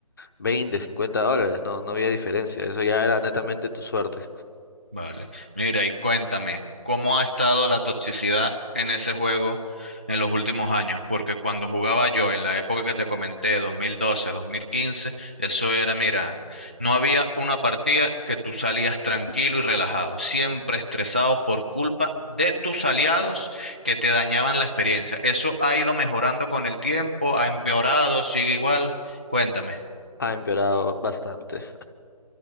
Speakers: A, on the left; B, on the right.
A: 20, 50 dólares. No, no había diferencia. Eso ya era netamente tu suerte.
B: Vale. Mira, y cuéntame, ¿cómo ha estado la toxicidad en ese juego en los últimos años? Porque cuando jugaba yo en la época que te comenté, 2012, 2015, eso era, mira, no había una partida que tú salías tranquilo y relajado, siempre estresado por culpa de tus aliados que te dañaban la experiencia. ¿Eso ha ido mejorando con el tiempo? ¿Ha empeorado? ¿Sigue igual? Cuéntame.
A: Ha empeorado bastante.